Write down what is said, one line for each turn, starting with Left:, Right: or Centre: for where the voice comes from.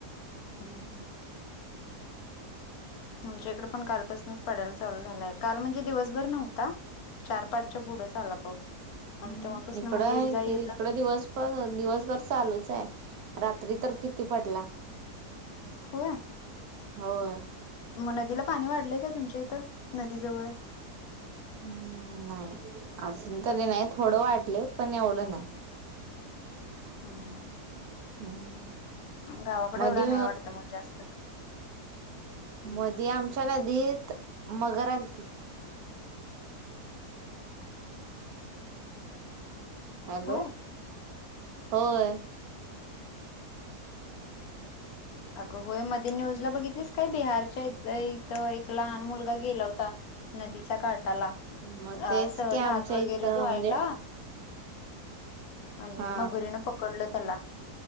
Left: हम्, हम्. आमच्या इकड पण कालपसनच पडायला चालू झालाय. काल म्हणजे दिवसभर नव्हता. चार पाचच्या पुढंच आला पाऊस. आणि
Right: हम्म.
Left: तेव्हापासून
Right: इकड
Left: मग
Right: हाय
Left: ये जा ये
Right: कि इकड
Left: जा
Right: दिवस भर दिवसभर चालूच हाय. रात्री तर किती पडला.
Left: होय.
Right: होय.
Left: मग नदीला पाणी वाढलंय काय? तुमच्या इथं नदी जवळायं.
Right: हम्म. नाही, अजून तरी नाही. थोडं वाढलयं पण एवढं नाही.
Left: हम्म
Right: हम्.
Left: गावाकडे
Right: मध्ये
Left: एवढा नाही वाटत मग जास्त
Right: मधी, आमच्या नदीत मगर आलती.
Left: <inaudible>
Right: हॅलो.
Left: होय
Right: होय.
Left: अग होय. मध्ये न्यूजला बघितलीस काय बिहार <unintelligible> इथ इथ एक लहान मुलगा गेला होता नदीच्या काटाला.
Right: मग तेच
Left: अ सहज
Right: की आमच्या
Left: हात वगैरे
Right: इथं
Left: धुवायला.
Right: म्हणजे
Left: आणि
Right: हा
Left: मगरीन पकडलं त्याला.